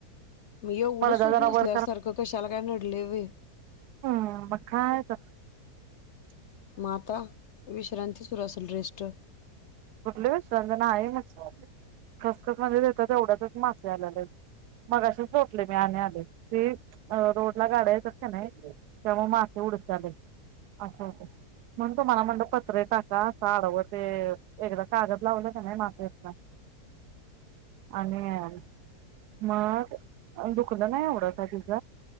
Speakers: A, on the left (about 65°); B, on the right (about 85°).
A: मग एवढं
B: पडदा
A: शुद्ध
B: जरा
A: नसल्यासारखं
B: वर
A: कशाला काय नडलय वय
B: उम्म <unintelligible>
A: म आता विश्रांती सुरू असेल, रेस्ट
B: कुठली वि <unintelligible> नाही <unintelligible> खसखस मध्ये देत्या तेवढ्यातच <unintelligible> आलेल मगाशिच लोटले मी आणि आले, ती रोड ला गाड्या येत्यात कनाय तेव्हा मास <unintelligible> अस होतय म्हणू तुम्हाला म्हणल पत्रे टाका अस आडवं ते एकदा कागद लावलं कनाय माती येत नाय आणि मग अ दुकलं नाई एवढं काय तिज